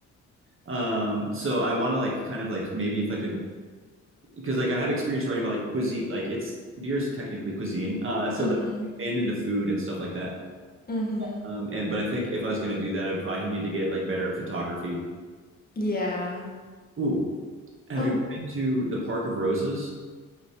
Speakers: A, on the right; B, on the left.
A: um, so I want to like kind of like maybe if I could because like I have experience writing about like cuisine, like it's beer is technically cuisine, uh, so
B: Mm-hmm.
A: like expand into food and stuff like that.
B: Mm-hmm.
A: Um, and but I think if I was going to do that, I'd probably need to get like better at photography.
B: Yeah.
A: Ooh, have
B: Oh,
A: you been to the Park of Roses?